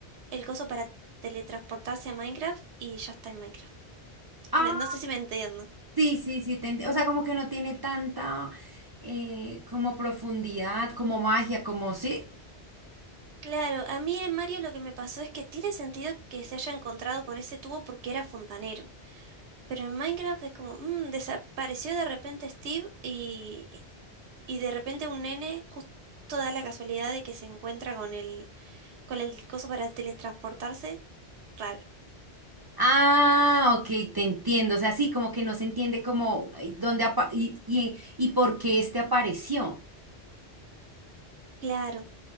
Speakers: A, on the right (about 85°); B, on the right (about 40°).
A: el coso para teletransportarse a Minecraft y ya está en Minecraft.
B: Ah,
A: Me- no sé si me entiendo.
B: sí, sí, sí, te enti- O sea, como que no tiene tanta eh, como profundidad, como magia, como sí.
A: Claro, a mí en Mario lo que me pasó es que tiene sentido que se haya encontrado con ese tubo porque era fontanero. Pero en Minecraft es como, mm, desapareció de repente Steve y, y de repente un nene justo da la casualidad de que se encuentra con el, con el coso para teletransportarse. Raro.
B: Ah, ok, te entiendo. O sea, sí, como que no se entiende como eh, dónde apa- y, y, y por qué este apareció.
A: Claro.